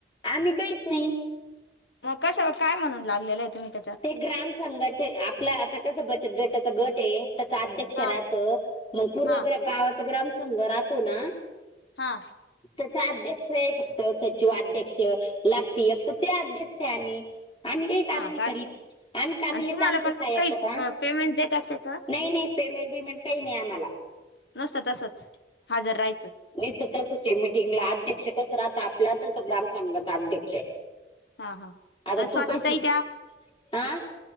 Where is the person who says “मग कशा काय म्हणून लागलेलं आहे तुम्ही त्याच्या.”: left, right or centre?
Left